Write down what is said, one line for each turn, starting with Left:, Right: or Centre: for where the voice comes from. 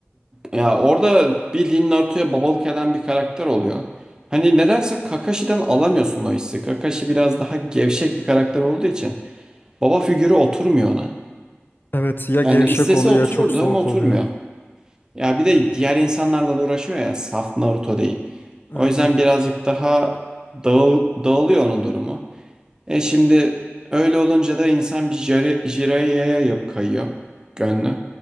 Right: ya orada bildiğin Naruto'ya babalık eden bir karakter oluyor. Hani nedense Kakashi'den alamıyorsun o hissi. Kakashi biraz daha gevşek bir karakter olduğu için baba figürü oturmuyor ona.
Left: Evet ya gevşek
Right: Yani istese
Left: oluyor
Right: otururdu
Left: ya çok soğuk
Right: ama oturmuyor.
Left: oluyor.
Right: Ya bir de diğer insanlarla da uğraşıyor ya saf Naruto değil.
Left: Aynen.
Right: O yüzden birazcık daha dağıl, dağılıyor onun durumu. E şimdi öyle olunca da insan bir Jire- Jiraiya yok kayıyor gönlü.